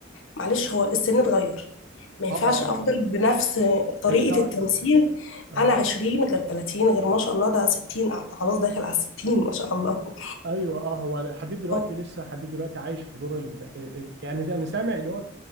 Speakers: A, on the left; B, on the right.
A: معلش هو السن اتغير ما ينفعش
B: اه آه،
A: أفضل بنفس طريقة
B: الكاركتر
A: التمثيل
B: اه
A: أنا عشرين غير تلاتين غير ما شاء الله ده ستين أعت- خلاص داخل على الستين ما شاء الله
B: ايوه اه هو حديد
A: <laughs>
B: دلوقتي
A: اه
B: لسه حديد دلوقتي عايش في دور ال... آه، آه، يعني انا سامع اللي هو